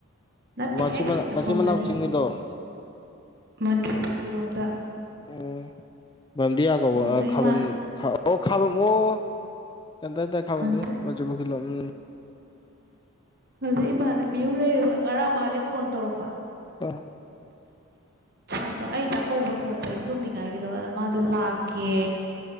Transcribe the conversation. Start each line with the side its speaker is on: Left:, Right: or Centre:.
Right: ꯅꯠꯇꯦꯍꯦ
Left: ꯃꯆꯤꯟ
Right: ꯑꯁꯣꯝꯗꯅꯤ
Left: ꯃꯅꯥꯎ ꯆꯤꯡꯒꯤꯗꯣ
Right: ꯃꯟꯇ꯭ꯔꯤ ꯄꯨ꯭ꯔꯣꯝꯗ
Left: ꯑꯣ ꯃꯔꯝꯗꯤꯌꯥ ꯀꯧꯕ
Right: ꯑꯗꯨꯗ
Left: ꯈꯥꯕꯝ
Right: ꯏꯃꯥꯅ
Left: ꯑꯣ ꯈꯕꯝ ꯑꯣ ꯀ ꯇ ꯈꯕ
Right: ꯑꯗ
Left: ꯅꯖꯕꯨꯈ ꯂꯂꯝ ꯎꯝ
Right: ꯑꯗꯩ ꯏꯃꯥꯟꯅꯕꯤ ꯑꯃ ꯂꯩꯌꯦꯕ ꯉꯔꯥꯡ ꯃꯥꯁꯦ ꯐꯣꯟ ꯇꯧꯔꯛꯄ
Left: ꯑꯥ
Right: ꯐꯣꯟꯗꯣ ꯑꯩ ꯆꯥꯛꯀꯧꯕ ꯍꯜꯂꯛꯄ ꯑꯩ ꯇꯨꯝꯃꯤꯉꯥꯏꯒꯤꯗꯣ ꯑꯗ ꯃꯥꯗꯣ ꯂꯥꯛꯀꯦ